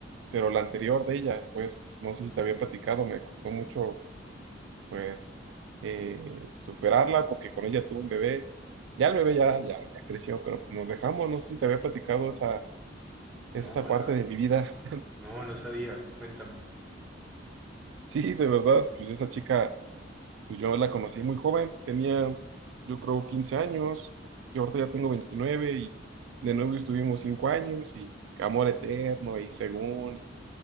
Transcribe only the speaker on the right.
pero la anterior de ella, pues, no sé si te había platicado, me costó mucho, pues, eh, superarla, porque con ella tuve un bebé, ya el bebé ya, ya, ya creció, pero pues nos dejamos, no sé si te había platicado esa, esa
parte
de mi vida. <laughs>
Sí, de verdad, pues esa chica pues yo la conocí muy joven, tenía yo creo 15 años, y ahorita ya tengo 29 y de novio estuvimos 5 años y amor eterno y según, y-